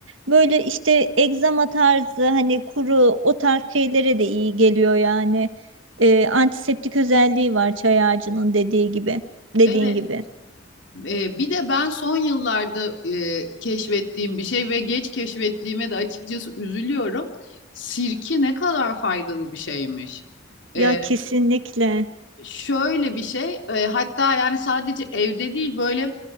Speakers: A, on the right; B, on the left.
A: böyle işte egzama tarzı hani kuru o tarz şeylere de iyi geliyor yani Ee, antiseptik özelliği var çay ağacının dediği gibi dediğin
B: Evet.
A: gibi
B: E, bir de ben son yıllarda e, keşfettiğim bir şey ve geç keşfettiğime de açıkçası üzülüyorum. sirke ne kadar faydalı bir şeymiş.
A: ya
B: E,
A: kesinlikle.
B: Şöyle bir şey, e, hatta yani sadece evde değil böyle